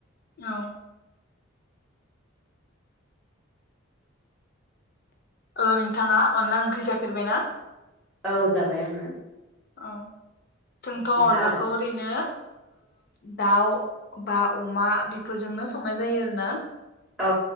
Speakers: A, on the left (about 50°); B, in the centre.
A: औ। औ नोंथाङा अनला ओंख्रि जाफेरबायना।
B: औ जाबाय आङो
A: औ। जोंथ'
B: नोंथाङालाय
A: अनलाखौ ओरैनो। दाउ बा अमा बेफोरजोंनो संनाय जायो आरो ना।
B: औ